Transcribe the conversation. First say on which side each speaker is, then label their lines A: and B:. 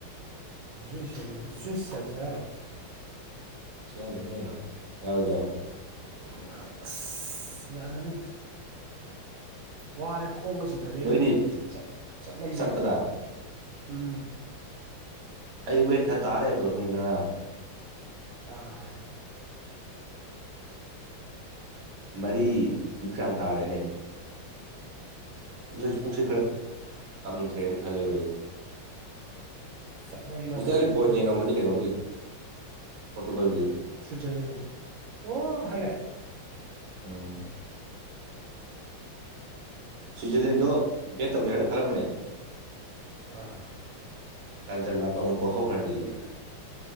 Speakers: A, on the right (about 75°); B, on the right (about 60°).
A: ꯨꯏ ꯁꯖꯨ ꯁꯦꯟꯖꯔꯣ
B: ꯁꯤ ꯅ ꯌꯥꯎꯗꯣ
A: ꯎꯝ ꯑꯁ ꯌꯥꯖꯅꯤꯗ ꯋꯥꯔꯦ ꯈꯣꯡꯉ ꯁꯤꯗꯔꯦ ꯏꯕꯨꯡꯉꯣ
B: ꯅꯣꯏꯗꯤ
A: ꯆꯠꯃꯟꯗꯅ
B: ꯆꯠꯄꯗ
A: ꯎꯝ
B: ꯑꯩ ꯋꯦꯠ ꯈꯔ ꯇꯥꯜꯔꯦ ꯃꯗꯨꯣ ꯈꯪꯗꯅ
A: ꯑꯥ
B: ꯃꯔꯤꯃꯨꯛ ꯆꯥꯡ ꯇꯥꯔꯦꯅꯦ
A: ꯆꯪ ꯇꯥꯔꯦꯒ
B: ꯍꯟꯗꯁꯨ ꯄꯨꯛꯁꯦ ꯈꯔ ꯀꯪꯗ꯭ꯔꯦꯅ ꯈꯜꯂꯦꯕ ꯑꯩꯁꯦ
A: ꯆꯠꯃꯟꯗꯅ
B: ꯇ
A: ꯏꯕꯨꯡꯉꯣ
B: ꯕꯣ
A: ꯂꯣꯏ
B: ꯌꯦꯡꯉꯝꯕꯅꯤ
A: ꯍꯟꯗꯒ꯭ꯔꯦ
B: ꯀꯩꯅꯣꯒꯤ ꯄꯣꯔꯇꯨꯒꯜꯒꯤ
A: ꯁ꯭ꯋꯤꯠꯖꯔꯂꯦꯟ ꯑꯣ ꯍꯂ
B: ꯎꯝ ꯁ꯭ꯋꯤꯠꯖꯔꯂꯦꯟꯗꯣ ꯕꯦꯠ ꯇꯧꯖꯔꯅ ꯈꯜꯂꯝꯕꯅꯦ
A: ꯑꯥ
B: ꯇꯥꯟꯁꯤꯜꯂꯛꯄ ꯑꯃꯨꯛ ꯄꯣꯊꯣꯛꯈ꯭ꯔ꯭ꯔꯤꯌꯦꯅ